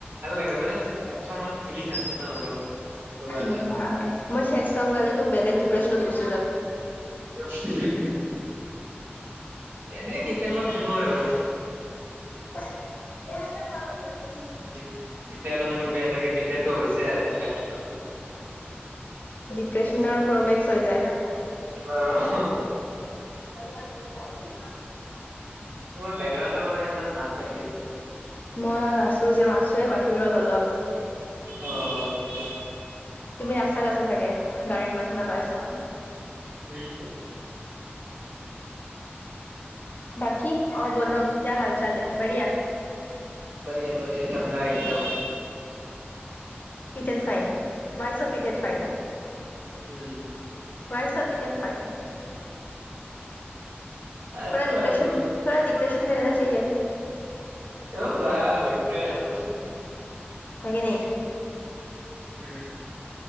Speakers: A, on the right (about 65°); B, on the left (about 45°).
A: য় মানে চেদ চংৰ ফিলিং আছে ন অলপ বোৰানদা।
B: উম মই চেড চং গালেটো বলেগ ডিপ্ৰেছনত গৈচ
A: <unintelligible> এনে কেতিয়াবা শুনো আৰু।
B: <unintelligible>
A: যেতিয়া আৰু মোৰ বেয়া লাগে তেতিয়াতো আৰু হৈছে আৰু।
B: দিপেস্নৰ প্ৰ'মেক্স হৈ যায়।
A: অহ।
B: <unintelligible>
A: তোমাৰ বেকগ্ৰাউণ্ডৰ পৰা ইমান মাত আহি আছে।
B: মই আছো যে মাছ। এ বাহিৰত অলপ।
A: অ ক।
B: তুমি ৰাস্তাত আছা চাগে গাড়ীৰ মান সুনা পাইছোঁ মই।
A: উম।
B: বাকি অৰ বল কীয়া হাল চাল হে বাৰহিয়া।
A: বাঢ়ীয়া-বাঢ়ীয়া সংগা একদাম।
B: Fit and fine why so fit and. Fine.
A: Um.
B: Why so fit and fine. থৰা
A: আছো
B: ডিপ্ৰেছন
A: আৰু
B: থৰা ডিপ্ৰেছন মে ৰেনা। <unintelligible>
A: অহ ৱাহ হৈছে আৰু।
B: হবি নি।
A: উম,